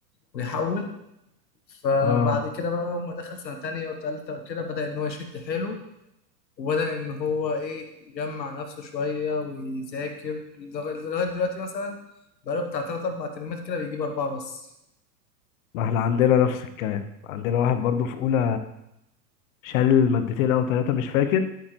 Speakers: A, on the left; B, on the left.
A: ويحول فبعد
B: اه
A: كده بقى اول ما دخل سنه تانية وتالتة وكده بدأ ان هو يشد حيله وبدأ ان هو ايه يجمع نفسه شويه ويذاكر لغ- لغايه دلوقتي مثلا بقاله بتاع تلات اربع ترمات كده بيجيب اربعه بس
B: ما احنا عندنا نفس الكلام عندنا واحد برضو في اولى شال مادتين او ثلاثه مش فاكر